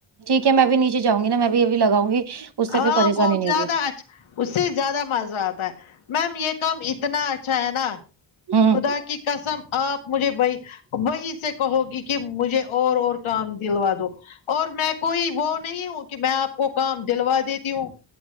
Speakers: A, on the right; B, on the left.
A: ٹھیک ہے میں بھی نیچے جاں گی نا میں بھی لگاؤ گی اس سے
B: ہاں
A: پھر پریشانی
B: بہت
A: نہیں
B: زیادہ
A: ہوگی
B: آج کل اس سے زیادہ مزہ آتا ہے میم یہ کام اتنا اچھا ہے نا
A: ہاں
B: خدا کی قسم آپ مجھے بھئی وہی سے کہو گی کہ مجھے اور اور کام دلوا دو اور میں کوئی وہ نہیں ہوں کہ میں آپ کو کام دلوا دیتی ہوں